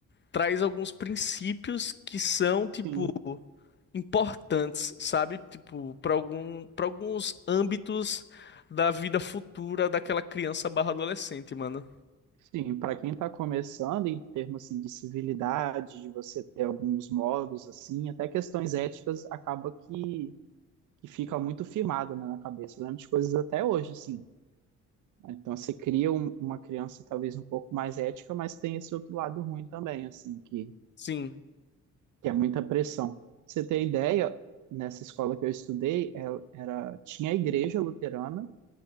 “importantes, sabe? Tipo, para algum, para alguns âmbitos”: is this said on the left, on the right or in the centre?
Left